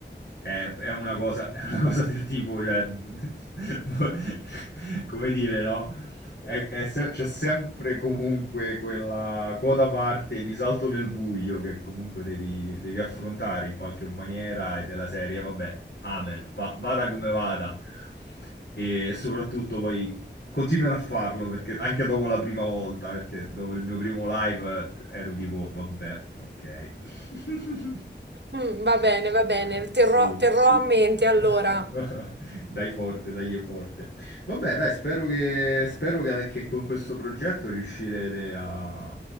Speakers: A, on the left (about 70°); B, on the right (about 65°).
A: È, è una cosa, è una cosa del tipo, cioè, <laughs> come dire, no? È- è se- c'è sempre comunque quella quota parte di salto nel buio che comunque devi, devi affrontare in qualche maniera e della serie, vabbè, amen, va- vada come vada. E soprattutto poi continuerò a farlo perché anche dopo la prima volta, perché dopo il mio primo live eh, ero tipo, vabbè, ok. <laughs>
B: Mm, va bene, va bene,
A: Però- eh,
B: terrò,
A: sì.
B: terrò a mente
A: <laughs>
B: allora.
A: Dai forte, dai forte. Vabbè, dai, spero che, spero che, che con questo progetto riuscirete a,